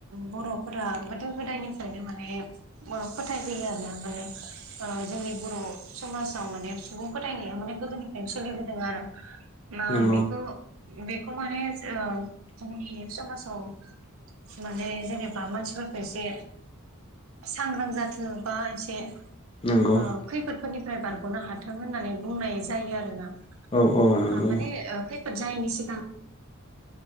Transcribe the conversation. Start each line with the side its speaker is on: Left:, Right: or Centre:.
Right: बरफोरा गोदो गोदायनिफ्रायनो माने अ फोथायबोयो आरो ना माने ओ जोंनि बर समाजाव माने सुबुं फोथायनाया माने गोदोनिफ्रायनो सोलिबोदों आरो ना
Left: नंगौ
Right: बेखौ-बेखौ माने ओ जोंनि समाजाव माने जेनेबा मानसिफोरखौ एसे सांग्रां जाथों बा एसे औ
Left: नंगौ
Right: खैफोदफोरनिफ्राय बारगनो हाथों होननानै बुंनाय जायो आरो ना ओ
Left: औ औ नंगौ
Right: माने ओ खै फोद जायिनि सिगां